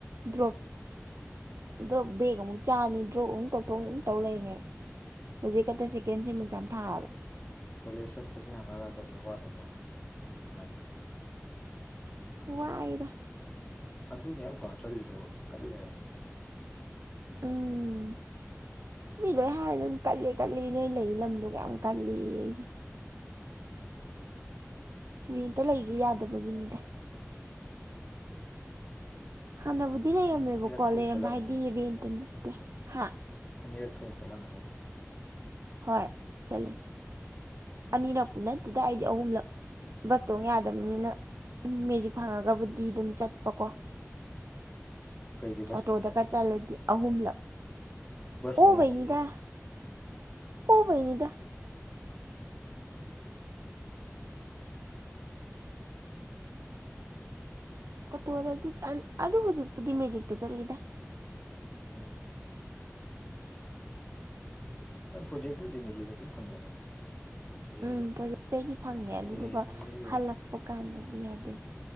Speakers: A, on the right (about 70°); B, on the left (about 20°).
A: ꯗ꯭ꯔꯣꯞꯥ ꯗ꯭ꯔꯣꯞ ꯕꯦꯒ ꯑꯃꯨꯛ ꯆꯥꯅꯤ ꯗ꯭ꯔꯣꯞ ꯑꯃꯨꯛ ꯇꯣꯛꯊꯣꯛꯝ ꯇꯧ ꯂꯩꯔꯤꯉꯦ ꯍꯧꯖꯤꯛꯀꯛꯇ ꯁꯦꯀꯦꯟ ꯁꯦꯃꯤꯡꯁ ꯌꯥꯝ ꯊꯥꯕ
B: ꯀꯣꯂꯦꯖ ꯆꯠꯄꯁꯦ ꯍꯪꯒꯥꯖꯕꯩ ꯋꯥꯠꯇꯕ꯭ꯔꯥ ꯀꯃꯥꯏꯅ ꯇꯧꯋꯤ
A: ꯋꯥꯥꯏꯗ
B: ꯑꯗꯨꯅꯦ ꯑꯞꯗꯥꯎꯟ ꯆꯠꯂꯤꯗꯣ ꯀꯠꯂꯦ ꯍꯥꯏꯕꯅꯦ
A: ꯎꯝ ꯃꯤ ꯂꯣꯏ ꯍꯥꯏꯔ ꯑꯗꯨꯝ ꯀꯠꯂ ꯀꯠꯂꯤ ꯅꯣꯏ ꯂꯩ ꯂꯝꯗꯣꯒ ꯌꯥꯝ ꯀꯜꯂꯤ ꯑꯩꯁꯦ
B: ꯎꯝ
A: ꯔꯦꯟꯇ ꯂꯩꯒꯦ ꯌꯥꯗꯕꯒꯤꯅꯤꯗ ꯍꯥꯟꯅꯕꯨꯗꯤ ꯂꯩꯔꯝꯃꯦꯕꯀꯣ
B: ꯑꯅꯤꯔꯛ ꯊꯣꯡ
A: ꯂꯩꯔꯝꯕ
B: ꯆꯠꯂꯝꯃꯅꯤ
A: ꯍꯥꯏꯗꯤ ꯔꯦꯟꯇ ꯅꯠꯇꯦ ꯍꯥ
B: ꯑꯅꯤꯔꯛ ꯊꯣꯡ ꯆꯠꯂꯝꯃꯅꯤ
A: ꯍꯣꯏ ꯆꯠꯂꯤ ꯑꯅꯤꯔꯛꯄꯨ ꯅꯠꯇꯦꯗ ꯑꯩꯗꯤ ꯑꯍꯨꯝꯂꯛ ꯕꯁꯇꯣ ꯌꯥꯗꯕꯅꯤꯅ ꯃꯦꯖꯤꯛ ꯐꯪꯉꯒꯕꯨꯗꯤ ꯑꯗꯨꯝ ꯆꯠꯄꯀꯣ
B: ꯀꯩꯒꯤ ꯕꯁ
A: ꯑꯇꯣꯗꯀ
B: ꯊꯣꯡ ꯌꯥꯗ꯭ꯔꯤꯒꯦ
A: ꯆꯠꯂꯗꯤ ꯑꯍꯨꯝꯂꯛ
B: ꯕꯁ ꯊꯣꯡ
A: ꯑꯣꯕꯩꯅꯤꯗ
B: ꯌꯥꯗ꯭ꯔꯤ ꯀꯩꯒꯤ
A: ꯑꯣꯕꯩꯅꯤꯗ
B: ꯎꯝ <inaudible>
A: ꯑꯗꯨꯒꯤꯅꯤꯗ ꯎꯝꯗꯁꯨ ꯑꯗꯨ ꯍꯧꯖꯤꯛꯄꯨꯗꯤ ꯃꯦꯖꯤꯛꯇ ꯆꯠꯂꯤꯗ
B: ꯎꯝ ꯄ꯭ꯔꯣꯖꯦꯛꯇꯨꯗꯤ ꯃꯦꯖꯤꯛ ꯑꯗꯨꯝ ꯐꯪꯕꯅꯤꯗ ꯑꯦ
A: ꯎꯝ ꯄ꯭ꯔꯖꯇꯩꯗꯤ ꯐꯪꯉꯦ ꯑꯗꯨꯗꯨꯒ
B: ꯑꯦꯍꯦ
A: ꯍꯜꯂꯛꯄ ꯀꯥꯟꯗꯗꯤ ꯌꯥꯗꯦ